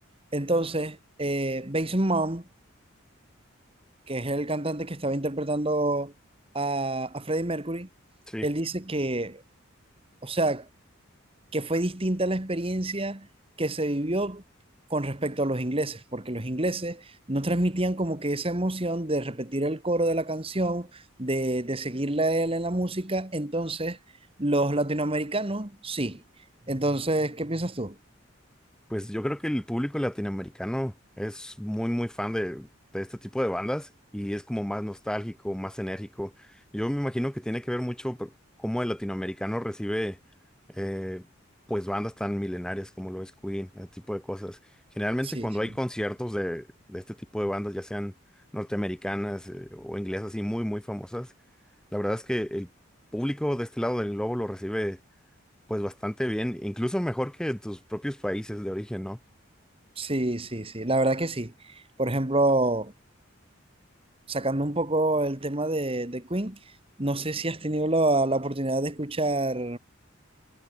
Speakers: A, on the right; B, in the centre.
A: Entonces, eh, Mason Mount, que es el cantante que estaba interpretando a, a Freddie Mercury,
B: Sí.
A: él dice que, o sea, que fue distinta la experiencia que se vivió con respecto a los ingleses, porque los ingleses no transmitían como que esa emoción de repetir el coro de la canción, de, de seguirla a él en la música, entonces los latinoamericanos sí. Entonces, ¿qué piensas tú?
B: Pues yo creo que el público latinoamericano es muy, muy fan de, de este tipo de bandas y es como más nostálgico, más enérgico. Yo me imagino que tiene que ver mucho por cómo el latinoamericano recibe eh, pues bandas tan milenarias como lo es Queen, ese tipo de cosas. Generalmente
A: Sí,
B: cuando
A: sí.
B: hay conciertos de, de este tipo de bandas, ya sean norteamericanas eh, o inglesas y muy, muy famosas, la verdad es que el público de este lado del globo lo recibe pues bastante bien, incluso mejor que tus propios países de origen, ¿no?
A: Sí, sí, sí, la verdad que sí. Por ejemplo, sacando un poco el tema de, de Queen, no sé si has tenido la, la oportunidad de escuchar